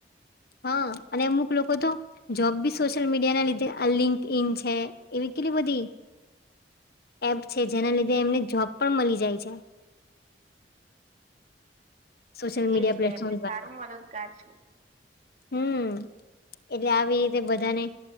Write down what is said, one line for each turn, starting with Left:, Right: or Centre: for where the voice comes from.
Left: હા અને અમુક લોકો તો જોબ બી સોશિયલ મીડિયા ના લીધે આ લિંકડઇન છે એવી કેટલી બધી એપ છે જેના લીધે એમને જોબ પણ મળી જાય છે. સોશિલ મીડિયા
Right: એજ
Left: પ્લેટફોર્મ
Right: ને એટલે
Left: દ્વારા
Right: સારું મદદગાર છે.
Left: હમ. એટલે આવી રીતે બધાને